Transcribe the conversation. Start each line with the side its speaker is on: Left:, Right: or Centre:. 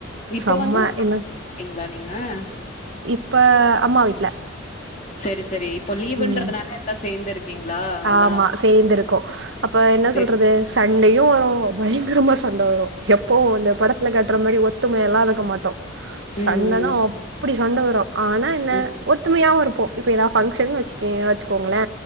Left: இப்போ
Right: செம்ம
Left: வந்து
Right: என்ன
Left: இருக்கீங்களா நீங்க?
Right: இப்ப அம்மா வீட்ல
Left: சரி, சரி. இப்போ லீவுன்றதுனால
Right: ம்
Left: எல்லாம் சேர்ந்து இருக்கீங்களா? எல்லாம்
Right: ஆமா சேந்திருக்கோ அப்ப என்ன
Left: சரி.
Right: சொல்றது சண்டையு வரு பயங்கரமா சண்ட வரு எப்போ இந்த படத்துல கட்ற மாரி ஒ த்தும எல்லா இருக்க மாட்டோ
Left: ம்,
Right: சண்டனா அப்டி சண்ட வரு ஆனா என்ன
Left: ம்.
Right: ஒத்துமையாவு இருப்போ இப்ப ஏதா ஃபங்க்ஷன் வச்சிக்கியே வச்சு கோங்ளே